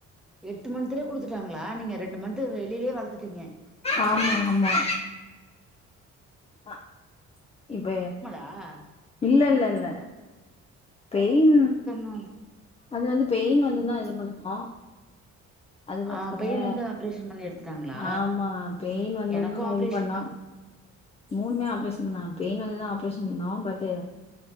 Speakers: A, in the centre; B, on the left (about 20°).
A: எட்டு மன்துலயே குடுத்துட்டாங்களா நீங்க ரெண்டு மன்த் வெளிலேயே வளத்துட்டீங்க
B: ஆமா ஆமா ஆ இப்ப
A: ஆ
B: இல்ல இல்ல இல்ல பெயின்
A: ஆ
B: அது வந்து பெயின் வந்துதா இது பண்ணிப்போ அது பாத்துக்கோங்க
A: ஆ பெயின் வந்து ஆப்ரேஷன் பண்ணி எடுத்துட்டாங்களா
B: ஆமா பெயின் வந்து
A: எனக்கு
B: தா
A: ஆப்ரேஷன்
B: இது பண்ணா
A: தா
B: மூணுமே ஆப்ரேஷனா பெயின் வந்துதா ஆப்ரேஷன் பண்ணோ பட்டு